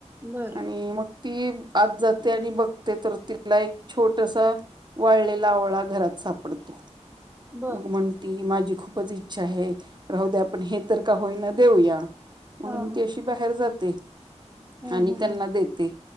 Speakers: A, on the right; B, on the right.
A: बरं
B: आणि मग ती आज जाते आणि बघते तर ति ला एक छोटसा वाळलेला आवळा घरात सापडतो.
A: बरं
B: मग म्हणती माझी खूपच इच्छा आहे राहू द्या आपण हे तर का होईना देऊया. म्हणून
A: हा हा
B: ती अशी बाहेर जाते
A: हम्म
B: आणि
A: हम्म
B: त्यांना देते.